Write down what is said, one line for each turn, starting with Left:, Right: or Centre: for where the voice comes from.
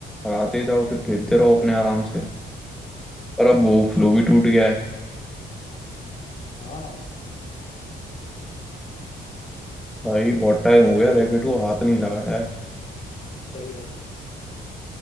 Centre: हराते जाओ फिर खेलते रहो अपने आराम से पर अब वो फ्लो भी टूट गया है
Left: हाँ हाँ,
Centre: भाई बहुत टाइम हो गया
Left: ये तो
Centre: रैकेट
Left: है
Centre: को हाथ नहीं लगाया है
Left: सही है